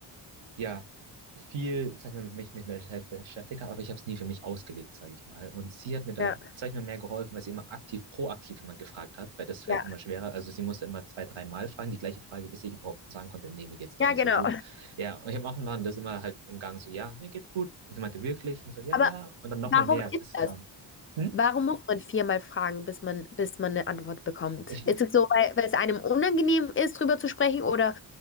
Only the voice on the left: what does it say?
Ja.
Ja,
ja,
genau.
Aber
warum
ist
das?
Warum muss man viermal fragen, bis man, bis man eine Antwort bekommt?
Ist es so, weil, weil es einem unangenehm ist, drüber zu sprechen oder